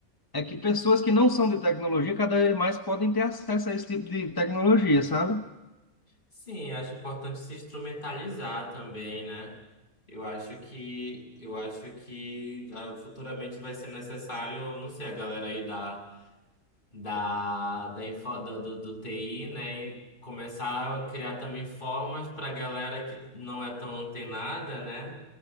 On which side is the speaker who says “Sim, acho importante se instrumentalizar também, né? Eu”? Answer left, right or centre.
Left